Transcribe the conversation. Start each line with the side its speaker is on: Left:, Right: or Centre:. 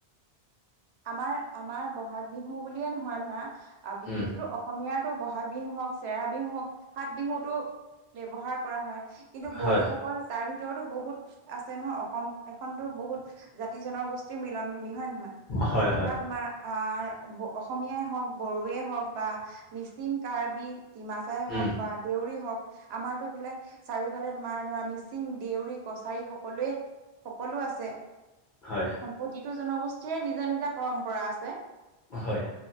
Right: আমাৰ আমাৰ বহাগ বিহু বুলিয়ে নহয় ধৰা বিহুটোতো
Left: উম
Right: অ অসমীয়াৰতো বহাগ বিহু হওক চেৰা বিহু হওক সাত বিহুতো ব্যৱহাৰ কৰা হয়। কিন্তু
Left: হয়
Right: বড়োসকল তাৰ ভিতৰতো বহুত আছে নহয় অসম এখনতো বহুত জাতি জনগোষ্ঠীৰ মিলন ভূমি হয় না
Left: হয়
Right: ইয়াত থকা
Left: হয়
Right: তোমাৰ আহ অসমীয়াই হওক বড়োৱে হওক বা মিচিং কাৰ্বি ডিমাচাই হওক
Left: উম
Right: বা দেউৰী হওক আমাৰতো ফালে চাৰিও সেইফালে তোমাৰ ধৰা মিচিং, দেউৰী, কছাৰী সকলোৱে সকলো আছে।
Left: হয়
Right: প্ৰতিটো জনগোষ্ঠীৰে নিজা নিজা পৰম্পৰা আছে
Left: হয়